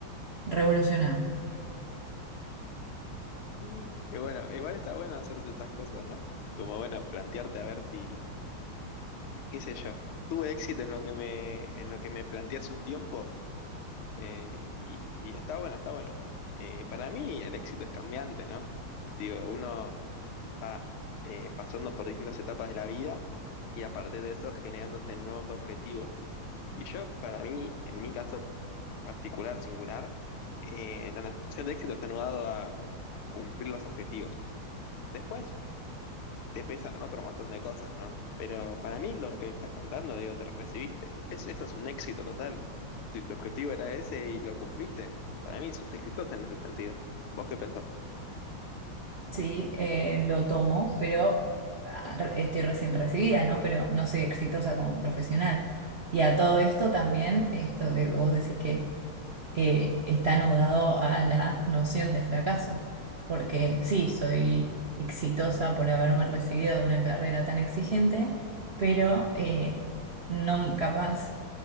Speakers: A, on the right (about 60°); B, on the left (about 85°).
A: revolucionada.
B: Mm. Y bueno, igual está bueno hacerse estas cosas, ¿no? Como bueno, plantearte a ver si, qué sé yo, tuve éxito en lo que me, en lo que me planteé hace un tiempo eh, y, y está bueno, está bueno. Eh, para mí el éxito es cambiante, ¿no? Digo, uno va eh, pasando por distintas etapas de la vida y a partir de eso generándose nuevos objetivos. Y yo, para mí, en mi caso, particular, singular, eh, la noción de éxito está anudado a cumplir los objetivos. Después te pesan otro montón de cosas, ¿no? Pero para mí lo que estás contando, digo, te recibiste. Es, eso es un éxito total. Si tu objetivo era ese y lo cumpliste, para mí sos exitosa en ese sentido. ¿Vos qué pensás?
A: Sí, eh, lo tomo, pero ah, re- estoy recién recibida, ¿no? Pero no soy exitosa como profesional. Y a todo esto también, esto que vos decís que eh, está anudado a la noción de fracaso, porque sí, soy exitosa por haberme recibido de una carrera tan exigente, pero eh, no capaz